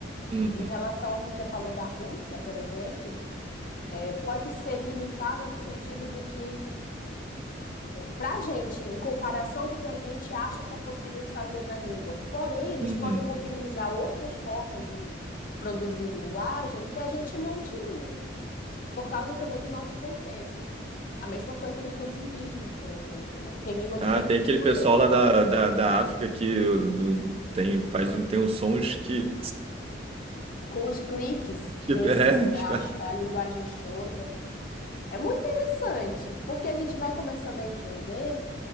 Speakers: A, on the right (about 30°); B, on the left (about 50°).
A: uhum,
B: Em relação ao que você falou da Rússia, por exemplo, é, pode ser limitada no sentido de que, para a gente, em comparação do que a gente acha que é possível fazer na língua, porém, eles
A: uhum.
B: podem mobilizar outras formas de produzir linguagem que a gente não utiliza. por causa também do nosso contexto. A mesma coisa em línguas indígenas, por exemplo, né? Tem língua indígena
A: Ah, tem aquele
B: que não
A: pessoal
B: tem nome.
A: lá da, da, da África que do- tem, faz, um- tem uns sons que.
B: Com os cliques,
A: Tipo,
B: tem
A: é, que
B: a,
A: fa-
B: a linguagem Xhosa. É muito interessante, porque a gente vai começando a entender